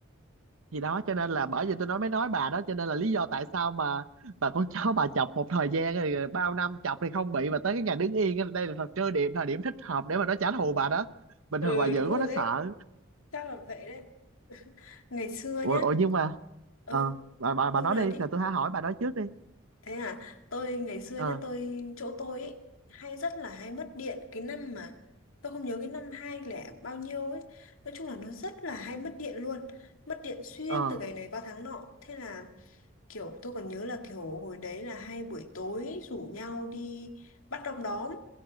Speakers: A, on the right; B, on the left.
A: thì đó cho nên là bởi vì tôi nói mới nói bà đó cho nên là lý do tại sao mà bà con chó bà chọc một thời gian rồi rồi bao năm chọc thì không bị mà tới cái ngày đứng yên á, đây là thời cơ điểm thời điểm thích hợp để mà nó trả thù bà đó bình
B: Ừ
A: thường bà dữ
B: đúng rồi
A: quá nó
B: đấy,
A: sợ
B: chắc là vậy đấy. Ngày xưa
A: ủa,
B: nhá,
A: ủa nhưng mà
B: ơ
A: ờ bà bà bà
B: ông
A: nói
B: nói
A: đi
B: đi.
A: rồi tôi hãy hỏi bà nói trước đi
B: Thế à, tôi ngày xưa
A: ờ
B: nhá, tôi chỗ tôi ấy hay rất là hay mất điện cái năm mà tôi không nhớ cái năm hai lẻ bao nhiêu ấy. Nói chung là nó rất là hay mất điện luôn. Mất điện xuyên
A: ờ
B: từ ngày này qua tháng nọ. Thế là kiểu tôi còn nhớ là kiểu hồi đấy là hay buổi tối rủ nhau đi bắt đom đóm